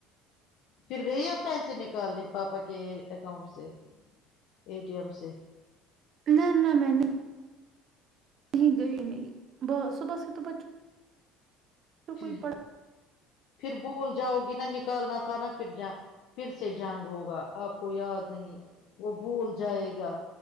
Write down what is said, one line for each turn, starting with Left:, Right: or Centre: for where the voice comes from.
Left: پھر گئی آپ پیسے نکالنے پاپا کے اکاؤنٹ سے اے ٹی ایم سے
Right: نہ نہ میں نے کہ گئی نہیں ب صبح ہی تو بچوں
Left: پھر
Right: کوئی پڑ
Left: پھر بھول جاؤ گی نہا نکالنا تھا نہ پھر جا پھر سے جنگ ہوگا آپ کو یاد نہیں وہ بھول جائے گا